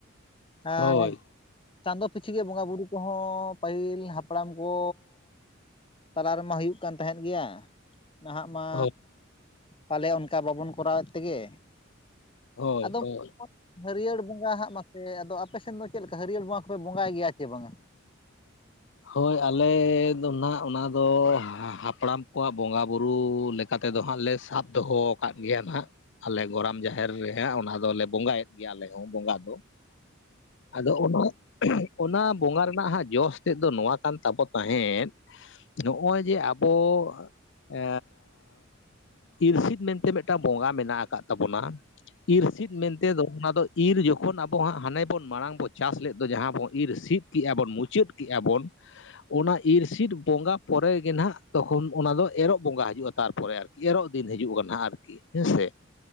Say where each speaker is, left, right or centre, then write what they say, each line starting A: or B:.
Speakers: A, on the left; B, on the left.
A: ᱦᱳᱭ
B: ᱟᱨ ᱪᱟᱸᱫᱚ ᱯᱤᱪᱷᱤ ᱜᱮ ᱵᱚᱸᱜᱟ ᱵᱩᱨᱩ ᱠᱚᱦᱚᱸ ᱯᱟᱹᱦᱤᱞ ᱦᱟᱯᱲᱟᱢ ᱠᱚ ᱛᱟᱞᱟ ᱨᱮᱢᱟ ᱦᱩᱭᱩᱜ ᱠᱟᱱ ᱛᱟᱦᱮᱸᱫ ᱜᱮᱭᱟ ᱱᱟᱦᱟᱜ ᱢᱟ
A: ᱦᱳᱭ
B: ᱯᱟᱞᱮ ᱚᱱᱠᱟ ᱵᱟᱵᱚᱱ ᱠᱚᱨᱟᱣᱮᱫ ᱛᱮᱜᱮ
A: ᱦᱳᱭ
B: ᱟᱫᱚ
A: ᱦᱳᱭ
B: ᱦᱟᱹᱨᱭᱟᱹᱲ ᱵᱚᱸᱜᱟ ᱦᱟᱸᱜ ᱢᱟᱥᱮ ᱟᱫᱚ ᱟᱯᱮ ᱥᱮᱫ ᱫᱚ ᱪᱮᱫ ᱞᱮᱠᱟ ᱦᱟᱹᱨᱭᱟᱹᱲ ᱵᱚᱸᱜᱟ ᱠᱚᱯᱮ ᱵᱚᱸᱜᱟᱭ ᱜᱮᱭᱟ ᱪᱮ ᱵᱟᱝᱟ?
A: ᱦᱳᱭ ᱟᱞᱮ ᱫᱚ ᱱᱟᱦᱟᱜ ᱚᱱᱟ ᱫᱚ ᱦᱟ ᱦᱟᱯᱲᱟᱢ ᱠᱚᱣᱟᱜ ᱵᱚᱸᱜᱟ ᱵᱩᱨᱩ ᱞᱮᱠ ᱠᱟᱛᱮᱫ ᱫᱚ ᱦᱟᱸᱜ ᱞᱮ ᱥᱟᱵ ᱫᱚᱦᱚ ᱟᱠᱟᱫ ᱜᱮᱭᱟ ᱱᱟᱦᱟᱸᱜ ᱟᱞᱮ ᱜᱚᱨᱟᱢ ᱡᱟᱦᱮᱨ ᱨᱮᱦᱟᱸᱜ ᱚᱱᱟ ᱫᱚᱞᱮ ᱵᱚᱸᱜᱟᱭᱮᱫ ᱜᱮᱭᱟ ᱟᱞᱮ ᱦᱚᱸ ᱵᱚᱸᱜᱟ ᱫᱚ ᱟᱫᱚ ᱚᱱᱟ ᱚᱱᱟ ᱵᱚᱸᱜᱟ ᱨᱮᱱᱟᱜ ᱦᱟᱸᱜ ᱡᱚᱥ ᱪᱮᱫ ᱫᱚ ᱱᱚᱣᱟ ᱠᱟᱱ ᱛᱟᱵᱚ ᱛᱟᱦᱮᱸᱫ ᱱᱚᱜᱼᱚᱭ ᱡᱮ ᱟᱵᱚ ᱮᱻ ᱤᱨᱥᱤᱫ ᱢᱮᱱᱛᱮ ᱢᱤᱫᱴᱟᱝ ᱵᱚᱸᱜᱟ ᱢᱮᱱᱟᱜ ᱟᱠᱟᱫ ᱛᱟᱵᱚᱱᱟ ᱤᱨᱥᱤᱫ ᱢᱮᱱᱛᱮ ᱫᱚ ᱚᱱᱟ ᱫᱚ ᱤᱨ ᱡᱚᱠᱷᱚᱱ ᱟᱵᱚ ᱦᱟᱸᱜ ᱦᱟᱱᱮ ᱵᱚᱱ ᱢᱟᱲᱟᱝ ᱵᱚ ᱪᱟᱥ ᱞᱮᱫ ᱫᱚ ᱡᱟᱦᱟᱸ ᱵᱚᱱ ᱤᱨ ᱥᱤᱫ ᱠᱮᱜᱼᱟ ᱵᱚᱱ ᱢᱩᱪᱟᱹᱫ ᱛᱮᱜᱼᱟ ᱵᱚᱱ ᱚᱱᱟ ᱤᱨᱥᱤᱫ ᱵᱚᱸᱜᱟ ᱯᱚᱨᱮ ᱜᱮ ᱱᱟᱦᱟᱜ ᱛᱚᱠᱷᱚᱱ ᱚᱱᱟ ᱫᱚ ᱮᱨᱚᱜ ᱵᱚᱸᱜᱟ ᱦᱤᱡᱩᱜᱼᱟ ᱛᱟᱨᱯᱚᱨᱮ ᱟᱨᱠᱤ ᱮᱨᱚᱜ ᱫᱤᱱ ᱦᱤᱡᱩᱜ ᱠᱟᱱᱟᱜ ᱟᱨᱠᱤ ᱦᱮᱸ ᱥᱮ